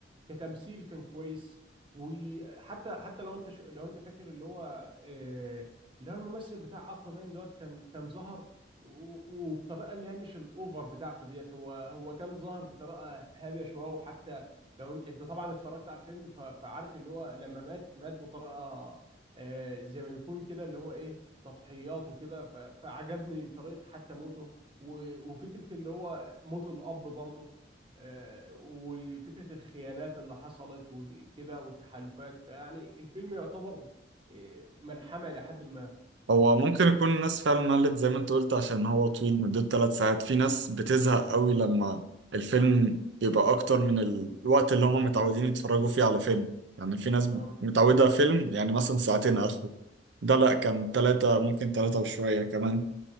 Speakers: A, on the right; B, on the right.
A: كتمثيل كان كويس وحتى حتى لو انت شو لو انت فاكر اللي هو آه، اللي هو الممثل بتاع اكوامان دوت كان كان ظهر و- وبطريقه اللي هي مش الاوفر بتاعته ديت هو هو كان ظاهر بطريقه هاديه شويه وحتى لو ان- انت طبعا اتفرجت على الفيلم ف- فعارف اللي هو لما مات مات بطريقه آه، زي ما بيكون كده اللي هو ايه تضحيات وكده ف- فعجبني طريقه حتى موته و- وفكره اللي هو موت الاب برضه آه، وفكرة الخيانات اللي حصلت وكده والتحالفات يعني الفيلم يعتبر آه، ملحمة إلى حد ما
B: هو ممكن يكون الناس فعلا ملت زي ما انت قلت عشان هو طويل مدته ثلاث ساعات في ناس بتزهق قوي لما الفيلم بيبقى اكتر من ال- الوقت اللي هم متعودين يتفرجوا فيه على فيلم يعني في ناس
A: اه
B: متعودة فيلم يعني مثلا ساعتين اخره ده لا كان ثلاثة ممكن ثلاثة وشوية كمان